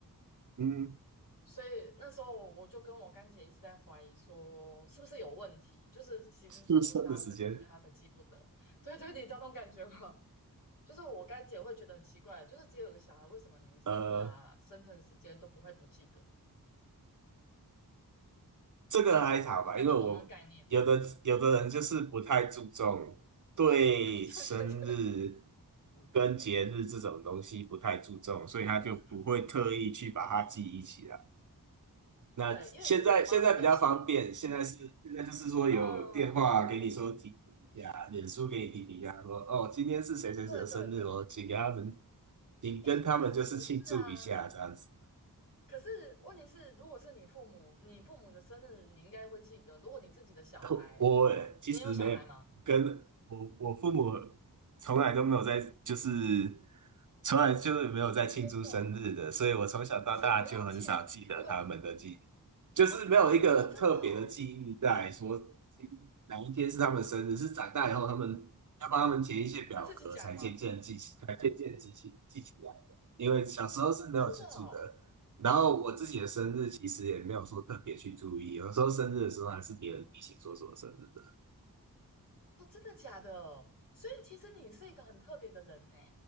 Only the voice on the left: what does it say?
所以那时候我我就跟我干姐一直在怀疑说，是不是有问题？就是其实是不是她生的，
所以她才记不得。<laughs> 对对，你知道那种感觉吗？就是我干姐会觉得很奇怪，就是只有一个小孩，为什么连生日啊、
生辰时间都不会不记得？
但你懂那个概念吗？
<laughs> 对对对，嗯，
<laughs>
对，因为其实我妈的个性，
嗯，
对对对，
哎，可是不是啊？可是问题是，如果是你父母，你父母的生日你应该会记得，如果你自己的小孩。
你有小孩吗？
哦，真的哦
是不用庆，不用
哦哦，真的哦，
自己讲吗？
哦真的哦，
哦，真的假的？所以其实你是一个很特别的人呢。